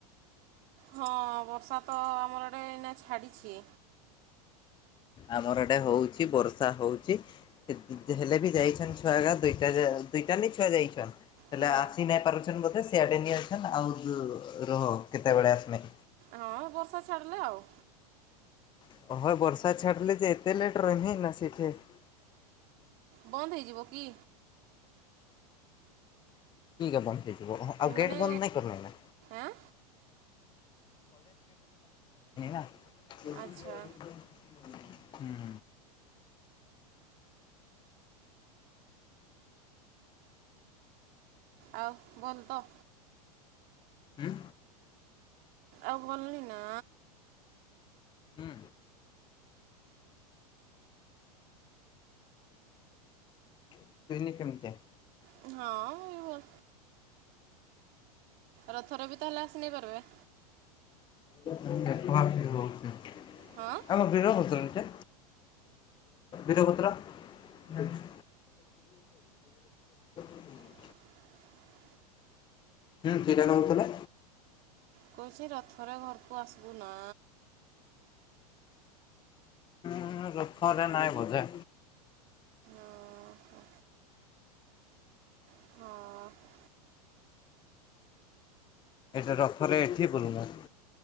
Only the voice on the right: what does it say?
ହଁ ବର୍ଷା ତ ଆମର ଆଡେ ଏଇନା ଛାଡ଼ିଛି।
ହୁଁ
ହଁ ବର୍ଷା ଛାଡ଼ିଲା ଆଉ।
ବନ୍ଦ ହେଇଯିବ କି?
ମାନେ
ଆଁ
ଆଚ୍ଛା
ଆଉ ଭଲ ତ?
ଆଉ ଭଲନି ନା
ହୁଁ ମୁଁ ବ ରଥ ରେ ବି ତାହେଲେ ଆସି ନେଇ ପାରିବେ।
ହଁ
<inaudible>
କହୁଛି ରଥରେ ଘରକୁ ଆସିବୁ ନା?
ଓହୋ। ହଁ।